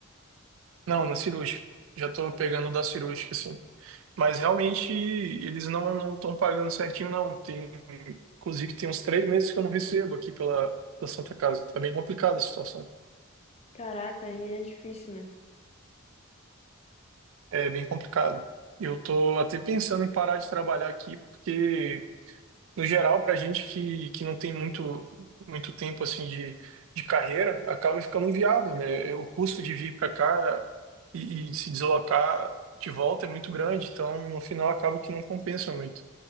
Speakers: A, on the right; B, on the left.
A: Não, na cirúrgica. Já tô pegando da cirúrgica, assim. Mas realmente eles não não estão pagando certinho, não. Tem, inclusive, tem uns três meses que eu não recebo aqui pela, pela Santa Casa. Tá bem complicada a situação.
B: Caraca, aí é difícil, né?
A: É bem complicado. Eu tô até pensando em parar de trabalhar aqui, porque, no geral, para gente que, que não tem muito, muito tempo assim de, de carreira, acaba ficando inviável, né? O custo de vir para cá e, e se deslocar de volta é muito grande, então no final acaba que não compensa muito.